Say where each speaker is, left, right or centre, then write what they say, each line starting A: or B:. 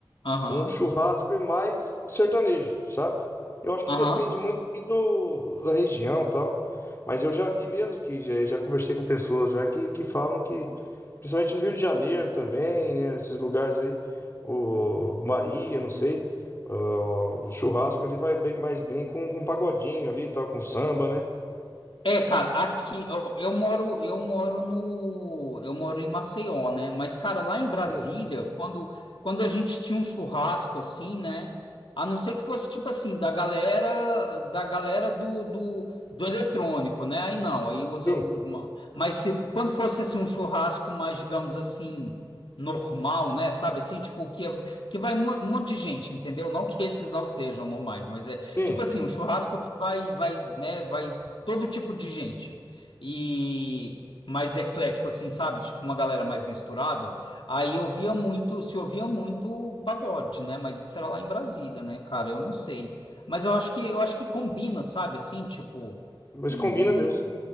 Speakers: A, on the left; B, on the left.
A: Aham,
B: Um churrasco é mais um sertanejo, sabe? Eu acho que
A: aham.
B: depende muito ali do, da região e tal. Mas eu já vi mesmo que já, já conversei com pessoas já que, que falam que, principalmente no Rio de Janeiro também, né? Esses lugares aí, o Bahia, não sei, ó, o churrasco ali vai bem, mais bem com, com pagodinho ali, e tal, com samba, né?
A: É, cara, aqui eu, eu moro, eu moro no, eu moro em Maceió, né? Mas, cara, lá em Brasília,
B: Sim,
A: quando, quando a gente tinha um churrasco assim, né? A não ser que fosse tipo assim, da galera, da galera do, do, do eletrônico, né? Aí não, aí usa
B: sim,
A: uma, mas se quando fosse assim um churrasco mais, digamos assim, normal, né? Sabe assim, tipo que é, que vai mu- um monte de gente, entendeu? Não que esses não sejam normais, mas é
B: sim.
A: Tipo assim, um churrasco que vai, vai, né, vai todo tipo de gente. E mais eclético, assim, sabe? Tipo, uma galera mais misturada. Aí eu via muito, se ouvia muito pagode, né? Mas isso era lá em Brasília, né, cara? Eu não sei. Mas eu acho que eu acho que combina, sabe? Assim, tipo.
B: Mas
A: Um,
B: combina mesmo.
A: um,